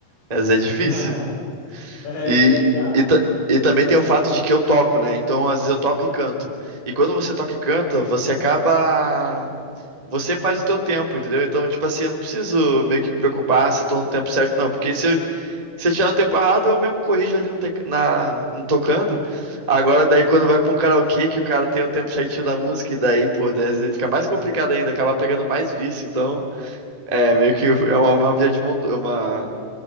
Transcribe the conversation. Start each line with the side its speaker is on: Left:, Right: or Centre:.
Right: Às vezes é difícil.
Left: <laughs> É,
Right: E,
Left: cara.
Right: e, ta- e também tem o fato de que eu toco, né? Então, às vezes eu toco e canto. E quando você toca e canta, você acaba. Você faz o teu tempo, entendeu? Então, tipo assim, eu não preciso meio que me preocupar se eu tô no tempo certo, não. Porque se eu, se eu tiver no tempo errado, eu mesmo corrijo ali no, tec- na, no tocando. Agora, daí, quando vai pra um karaokê, que o cara tem o tempo certinho da música, e daí, pô, daí fica mais complicado ainda, acaba pegando mais vício. Então, é meio que é uma, uma via de mão, uma